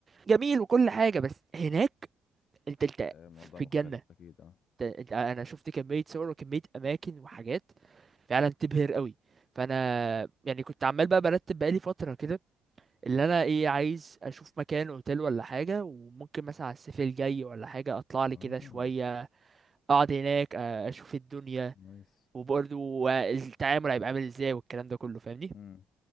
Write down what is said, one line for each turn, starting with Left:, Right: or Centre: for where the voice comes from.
Right: جميل وكل حاجه بس هناك انت انت
Left: الموضوع
Right: في
Left: مختلف
Right: الجنه
Left: اكيد اه
Right: انت انت انا شفت كميه صور وكميه اماكن وحاجات فعلا تبهر قوي فانا يعني كنت عمال بقى برتب بقالي فتره كده اللي انا ايه عايز اشوف مكان اوتيل ولا حاجه وممكن مثلا على الصيف الجاي ولا حاجه اطلع
Left: اه
Right: لي كده شويه اقعد هناك آه، اشوف الدنيا
Left: نايس
Right: وبرضو آه، التعامل هيبقى عامل ازاي والكلام ده كله فاهمني
Left: امم